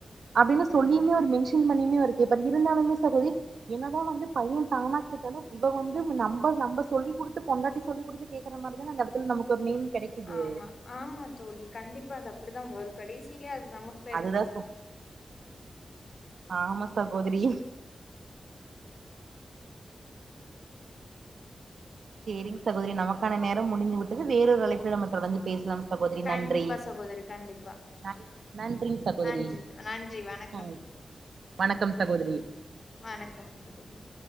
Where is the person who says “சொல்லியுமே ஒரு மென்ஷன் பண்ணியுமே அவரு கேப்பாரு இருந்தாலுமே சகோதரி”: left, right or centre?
Right